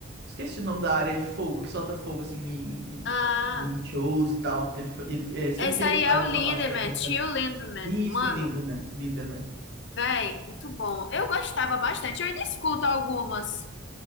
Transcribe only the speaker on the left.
Ah,
esse aí
é
o
Lindemann,
Tio Lindemann.
Mano,
véi, muito bom. Eu gostava bastante, eu ainda escuto algumas,